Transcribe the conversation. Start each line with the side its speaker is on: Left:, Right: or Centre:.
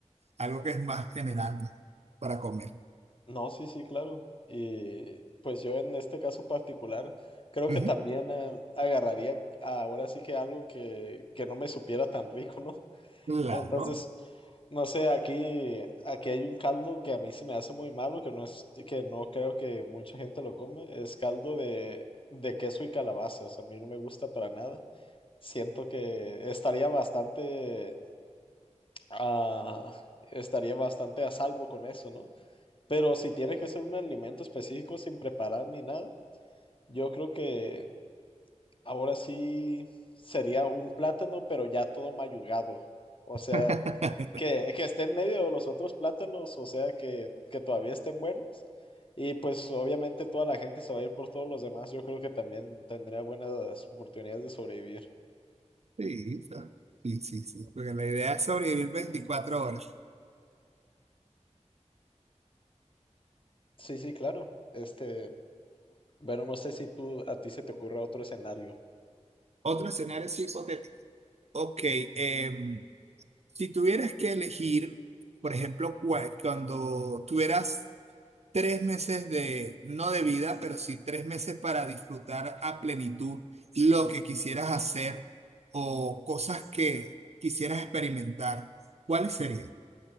Right: algo que es más general para comer.
Left: No, sí, sí, claro. Y pues yo en este caso particular creo
Right: Ujú.
Left: que también eh, agarraría ahora sí que algo que, que no me supiera tan rico, ¿no?
Right: Claro.
Left: Entonces, no sé, aquí, aquí hay un caldo que a mí se me hace muy malo, que no es, que no creo que mucha gente lo come, es caldo de, de queso y calabazas. A mí no me gusta para nada. Siento que estaría bastante, ah, estaría bastante a salvo con eso, ¿no? Pero si tiene que ser un alimento específico sin preparar ni nada, yo creo que ahora sí sería un plátano, pero ya todo mayugado. O sea,
Right: <laughs>
Left: que, que esté en medio de los otros plátanos, o sea, que, que todavía estén buenos. Y pues obviamente toda la gente se va a ir por todos los demás. Yo creo que también tendría buenas oportunidades de sobrevivir.
Right: Sí, sa- sí, sí, sí, porque la idea es sobrevivir 24 horas.
Left: Sí, sí, claro. Este, bueno, no sé si tú a ti se te ocurre otro escenario.
Right: Otro escenario es hipotético. Ok, em, si tuvieras que elegir, por ejemplo, cua- cuando tuvieras tres meses de, no de vida, pero sí tres meses para disfrutar a plenitud lo que quisieras hacer o cosas que quisieras experimentar, ¿cuáles serían?